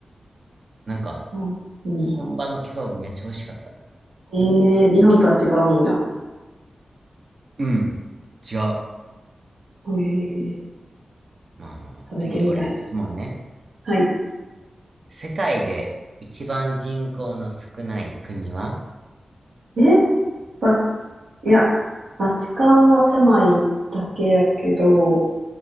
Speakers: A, on the right; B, on the right.
A: なんか、
B: うん。うん。
A: 本場のケバブめっちゃ美味しかった。
B: ええ日本とは違うんや。
A: うん。違う。
B: ええ
A: まあまあまあ。
B: 食べてみたい。
A: 次、俺、質問ね。
B: はい。
A: 世界で一番人口の少ない国は
B: えば、いや、バチカンは狭いだけやけど、